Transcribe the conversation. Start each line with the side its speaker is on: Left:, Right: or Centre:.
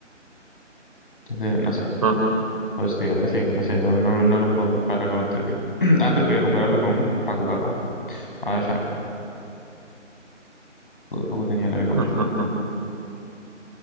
Left: Entonces, no sé.
Right: Ah,
Left: Por eso te digo, a veces que no sé, no, no, no lo puedo comparar con ustedes. <clears throat> Antes podía compararlo con Facu, capaz. Ahora ya no, porque Facu tenía lo mismo
Right: ah,
Left: que yo.
Right: ah, ah,